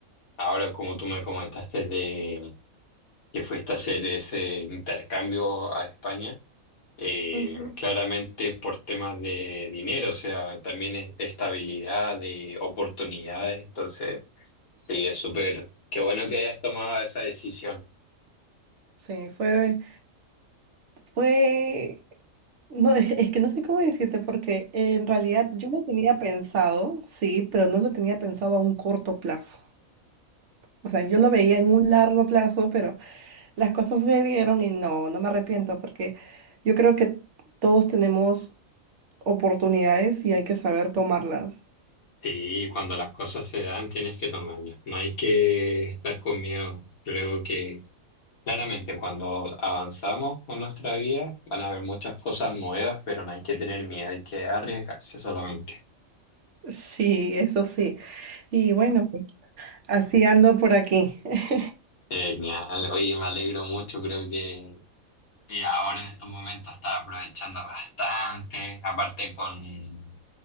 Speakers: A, on the left (about 85°); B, on the right (about 60°).
A: ahora como tú me comentaste de que fuiste a hacer ese intercambio a España eh,
B: Ujú.
A: claramente por temas de dinero, o sea, también es- estabilidad, de oportunidades. Entonces, sí, es súper, qué bueno que hayas tomado esa decisión.
B: Sí, fue, fue No, es es que no sé cómo decirte, porque en realidad yo lo tenía pensado, sí, pero no lo tenía pensado a un corto plazo. O sea, yo lo veía en un largo plazo, pero las cosas se dieron y no, no me arrepiento, porque yo creo que todos tenemos oportunidades y hay que saber tomarlas.
A: Sí, cuando las cosas se dan, tienes que tomarlas. No hay que estar con miedo. Creo que claramente cuando avanzamos con nuestra vida, van a haber muchas cosas nuevas, pero no hay que tener miedo, hay que arriesgarse solamente.
B: Sí, eso sí. Y bueno, pues así ando por aquí. <laughs>
A: Genial, oye, me alegro mucho, creo que Y ahora en estos momentos está aprovechando bastante, aparte con,